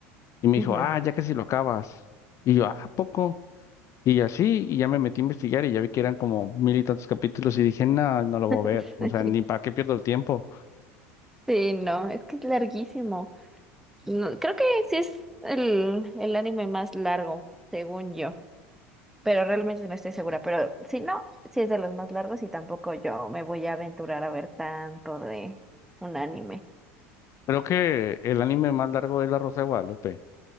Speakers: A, on the left; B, in the centre.
A: Y me
B: ujú.
A: dijo, ah, ya casi lo acabas. Y yo, ah, ¿a poco? Y así, y ya me metí a investigar y ya vi que eran como mil y tantos capítulos y dije, no, no lo voy
B: <laughs>
A: a ver, o sea, ni para qué pierdo el tiempo.
B: Sí, no, es que es larguísimo. No, creo que sí es el, el anime más largo, según yo, pero realmente no estoy segura. Pero si no, sí es de los más largos y tampoco yo me voy a aventurar a ver tanto de un anime.
A: Creo que el anime más largo es La Rosa de Guadalupe.